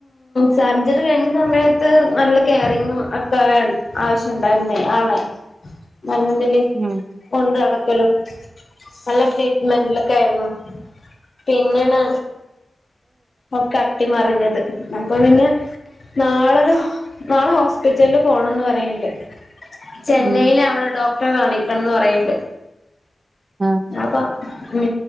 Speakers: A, on the left; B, on the right.
A: സർജറി കഴിഞ്ഞ സമയത്ത് നല്ല കെയറിങ്ങും ഒക്കെ ആവശ്യംണ്ടായിരുന്നേ ആളെ <unintelligible>
B: ഉം
A: കൊണ്ട് നടടക്കലോ നല്ല ട്രീറ്റ്മെന്റിലൊക്കെ ആയിരുന്നു പിന്നെയാണ് ഒക്കെ അട്ടിമറിഞ്ഞത് അപ്പൊ പിന്നെ നാളൊരു നാളെ ഹോസ്പിറ്റലില് പോണംന്ന് പറയണ്ട് ചെന്നൈയില
B: ഉം
A: അവിടെ ഡോക്ടറെ കാണിക്കണംന്ന് പറയണ്ട്
B: ആ
A: അപ്പൊ ഉ